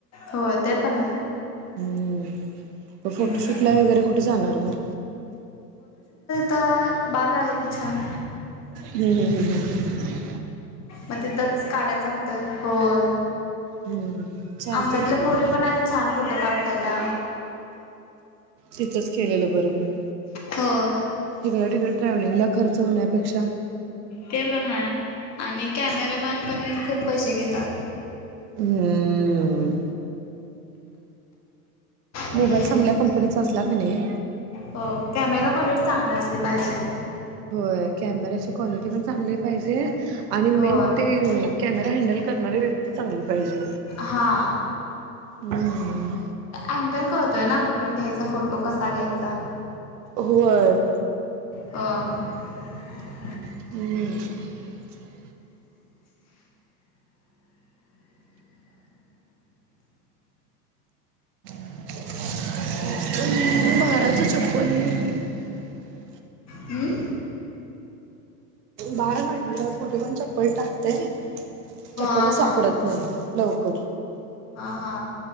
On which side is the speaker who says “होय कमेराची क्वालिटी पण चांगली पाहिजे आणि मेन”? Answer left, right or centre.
Right